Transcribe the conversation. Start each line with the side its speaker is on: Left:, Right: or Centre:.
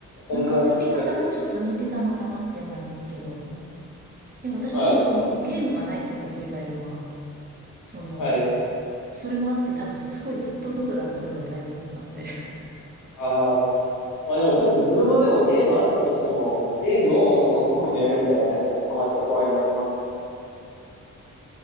Left: そんな気がします。
Right: なんか遊び方がちょっと似てたのかなっていうのはありますけど。うんいや、私はもうそのゲームがないっていうこと以外はまあ、
Left: はい。
Right: その、
Left: はい。
Right: それもあって多分すごいずっと外で遊んでたタイプだったので。
Left: ああ。まあでもそうですね。自分もでもゲームあったとしても、ゲームをその外でやるみたいな感じだったの。友達と公園で集まって。